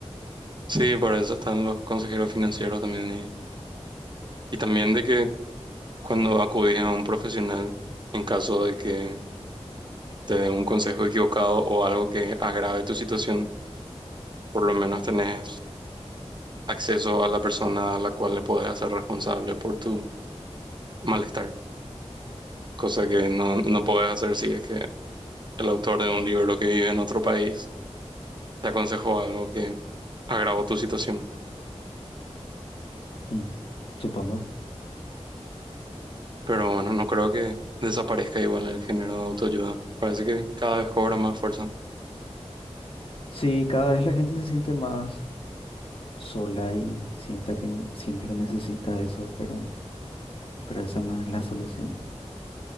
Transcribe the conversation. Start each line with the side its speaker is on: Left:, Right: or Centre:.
Right: Sí, para eso están los consejeros financieros también y, y también de que cuando acudís a un profesional, en caso de que te dé un consejo equivocado o algo que agrave tu situación, por lo menos tenés acceso a la persona a la cual le podés hacer responsable por tu malestar, cosa que no, no podés hacer si es que el autor de un libro que vive en otro país te aconsejó algo que agravó tu situación.
Left: Mm, supongo.
Right: Pero bueno, no creo que desaparezca igual el género de autoayuda. Parece que cada vez cobra más fuerza.
Left: Sí, cada vez la gente se siente más sola y sienta que, n- siente que necesita eso, pero, pero esa no es la solución.